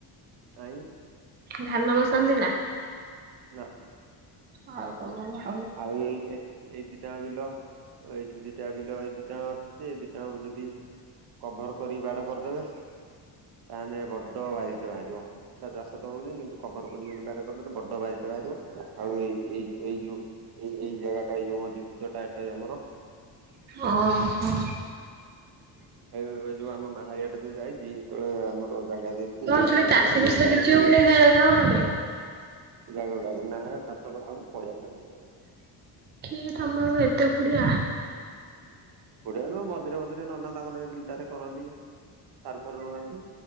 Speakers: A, on the right; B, on the right.
A: ଆଇଁ
B: ଧାନ ବସନ୍ତି ନା?
A: ନା।
B: ଆଉ ତମ ମାଁ
A: ଆଉ ଏଇ ଦି ଦିଟା ବିଲ ଏଇଠି ଦିଟା ବିଲ ଏଇ ଦିଟାଙ୍କ ଅଛି ଯେ ଦିଟାକୁ ଯଦି କଭର କରିକି ବାଡ଼ କରିଦେବେ ତାହେଲେ ବଡ ବାରିଟେ ବାହାରିବ। ଏଇଟା ଚାଷ ତ ହଉନି କିନ୍ତୁ କଭର କରକି ଯୋଦି ବାଢ଼ କରିଦେଲେ ବଡ ବାରିଟେ ବାହାରିବ ଆଉ ଏଇଉ ଏଇ ଯୋଉ ଏଇ ଏଇ ଜାଗାଟା ଏଇ ଯୋଉ ମଝି ବିଲଟା ଏଟା ଆମର।
B: ଓହୋ।
A: ଏ ଯୋଉ ଆମ ମାହାରିଆ ଟା ଯୋଉ ଯାଇଛି ସେତେବେଳେ ଆମର ଜାଗା ଦେଇଥିଲେ
B: ତମର
A: ସେ
B: ସେଢ଼େ
A: ଆମ
B: ଚାଷ
A: ଜାଗାରେ
B: ବାଷ
A: ମାହାରି
B: କିଛି ହଉନି ସେଇ ଜାଗାଉଢ଼ାରେ।
A: ଜାଗ ଗୁଡରେ ନା ହେରା ଚାଷ କରିଥାନ୍ତୁ ପଢ଼ିଆ ପଢ଼ିଚି ଆଉ।
B: କିଏ ତମର ଏତେ କୁଡିଆ
A: କୋଡ଼ିଆ ମଝିରେ ମଝିରେ ନନା ତାଙ୍କର ସେ ବିଲଟରେ କରନ୍ତି ସାରୁ ଫାରୁ ଲଗାନ୍ତି